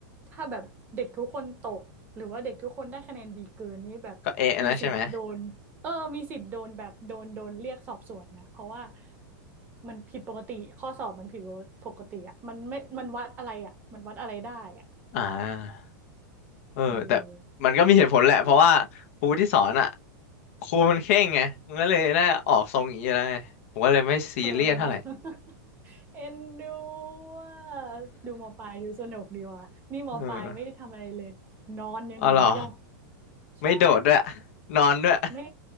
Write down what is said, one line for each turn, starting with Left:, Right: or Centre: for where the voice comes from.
Right: ถ้าแบบเด็กทุกคนตกหรือว่าเด็กทุกคนได้คะแนนดีเกินนี่แบบมีสิทธิ์โดนเออมีสิทธิ์โดนแบบโดนโดนเรียกสอบสวนนะเพราะว่า
Left: ก็เอ๊ะนะใช่ไหม
Right: มันผิดปกติข้อสอบมันผิดปกติอ่ะมันไม่มันวัดอะไรอ่ะมันวัดอะไรได้อ่ะ
Left: อ่าเออแต่
Right: เออ
Left: มันก็มีเหตุผลแหละเพราะว่าครูที่สอนอ่ะครูมันเคร่งไงมันก็เลยน่าออกทรงอย่างนี้อยู่แล้วไงผมก็เลยไม่ซีเรียสเท่าไหร่
Right: เออ <laughs> เอ็นดูอ่ะดูมอปลายดูสนุกดีว่ะนี่มอปลายไม่ได้ทำอะไรเลยนอนอย่างเดียว
Left: <laughs> เอออ๋อเหรอ
Right: ใช่
Left: ไม่โดดด้วยนอนด้วย
Right: ไม่